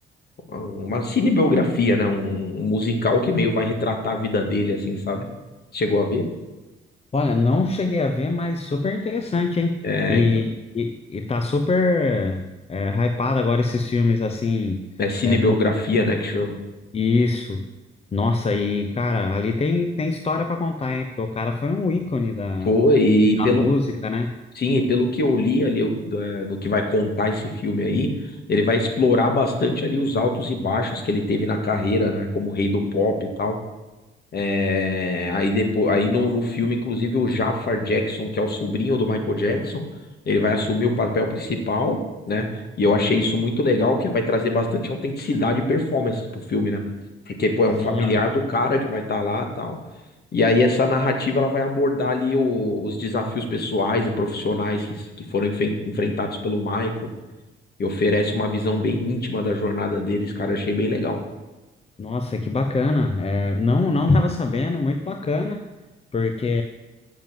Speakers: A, on the left; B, on the left.
A: a- uma cinebiografia, né? Um, um musical que meio vai retratar a vida dele, assim, sabe? Chegou a ver?
B: Olha, não cheguei a ver, mas super interessante, hein?
A: É,
B: E,
A: então.
B: e, e tá super é, hypado agora esses filmes assim,
A: É cinebiografia,
B: é, com
A: né? Que chama.
B: isso. Nossa, e cara, ali tem, tem história pra contar, hein? Porque o cara foi um ícone da,
A: Foi, e pelo
B: da música, né?
A: Sim, e pelo que eu li ali o- da- do, que vai contar esse filme aí, ele vai explorar bastante ali os altos e baixos que ele teve na carreira, né? Como rei do pop e tal. É, aí depois, aí no, no filme, inclusive, o Jafar Jackson, que é o sobrinho do Michael Jackson, ele vai assumir o papel principal, né? E eu achei isso muito legal, que vai trazer bastante autenticidade e performance pro filme, né? Porque, pô,
B: Sim,
A: é um familiar
B: al-
A: do cara que vai estar lá e tal. E aí essa narrativa ela vai abordar ali o- os desafios pessoais e profissionais que, que foram enfe- enfrentados pelo Michael e oferece uma visão bem íntima da jornada deles, cara. Achei bem legal.
B: nossa, que bacana. É, não, não tava sabendo, muito bacana, porque